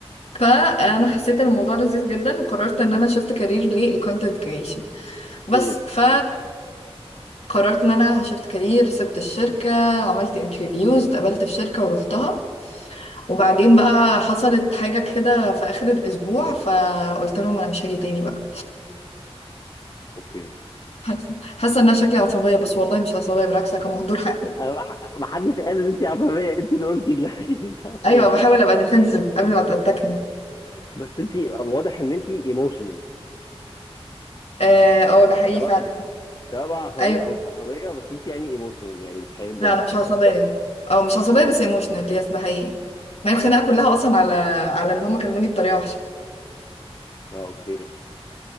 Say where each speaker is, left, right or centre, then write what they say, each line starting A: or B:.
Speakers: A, on the left (about 80°); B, on the left (about 40°).
A: فانا حسيت ان الموضوع لذيذ جدا وقررت ان انا شفت كارير للكونتنت كرييشن بس
B: امم
A: ف قررت ان انا شفت كارير سبت الشركة عملت انترفيوز اتقبلت في شركة ورحتها وبعدين بقى حصلت حاجة كده في اخر الاسبوع فقلت لهم انا مش هاجي تاني بقى
B: اوكي
A: حاسة حاسة ان انا شكلي عصبية بس والله مش عصبية بالعكس أنا كان مهدور حقي
B: أنا ما ما حدش قال ان انت عصبيه انت اللي قلتي دلوقتي <laughs> ان انت عصبيه
A: ايوه بحاول ابقى ديفنسيف قبل ما تتكني
B: بس انت واضح ان انت ايموشنال
A: اه آه، ده حقيقي
B: سواء
A: فعلا
B: سواء بقى عصبيه
A: ايوه
B: او مش عصبيه بس انت يعني ايموشنال يعني بتحب
A: لا
B: اه
A: انا مش عصبية او مش عصبية بس ايموشنال يس ده حقيقي ما هي الخناقة كلها اصلا على على ان هم كلموني بطريقة وحشة
B: اوكي